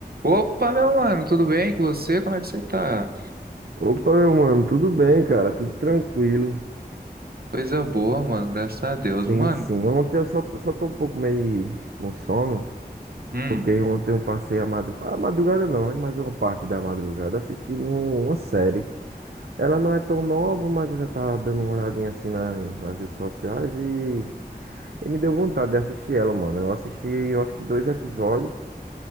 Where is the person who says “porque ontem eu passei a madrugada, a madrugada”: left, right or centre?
Right